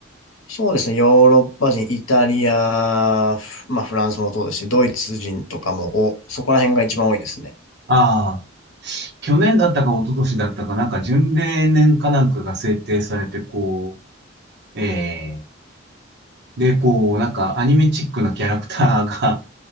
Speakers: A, on the left (about 85°); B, on the right (about 55°).
A: そうですね、ヨーロッパ人、イタリア、フまあ、フランスもそうですし、ドイツ人とかも、お、そこら辺が一番多いですね。
B: ああ、去年だったか一昨年だったかなんか巡礼年かなんかが制定されて、こう、えー、で、こう、なんかアニメチックなキャラクターが、